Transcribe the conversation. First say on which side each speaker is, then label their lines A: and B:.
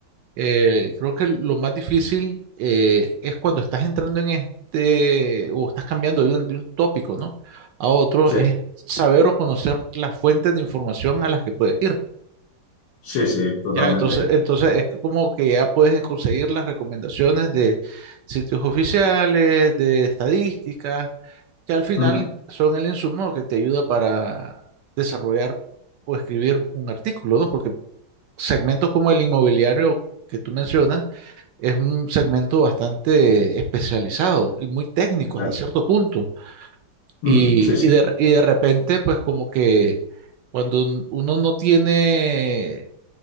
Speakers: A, on the right (about 75°); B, on the left (about 80°).
A: eh, creo que lo más difícil eh, es cuando estás entrando en este o estás cambiando de un, de un tópico, ¿no? a otro,
B: Sí,
A: es saber o conocer las fuentes de información a las que puedes ir.
B: sí, sí, totalmente.
A: Ya, entonces, entonces es como que ya puedes conseguir las recomendaciones de sitios oficiales, de estadísticas, que al final
B: Ujú,
A: son el insumo que te ayuda para desarrollar o escribir un artículo, ¿no? Porque segmentos como el inmobiliario que tú mencionas es un segmento bastante especializado y muy técnico
B: Exacto.
A: hasta cierto punto. Y,
B: Ujú, Sí, sí.
A: y de, y de repente, pues como que cuando un- uno no tiene